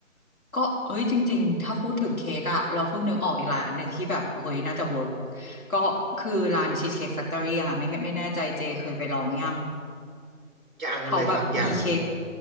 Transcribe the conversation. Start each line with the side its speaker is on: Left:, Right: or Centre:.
Left: ก็เอ้ยจริงๆถ้าพูดถึงเค้กอะเราเพิ่งนึกออกอีกร้านหนึ่งที่แบบเฮ้ยน่าจะเวิร์กก็คือร้านชีสเค้กแฟคทอรี่ค่ะไม่ไม่แน่ใจเจเคยไปลองยัง
Right: ยังเลยครับยัง
Left: เขาแบบมีเค้ก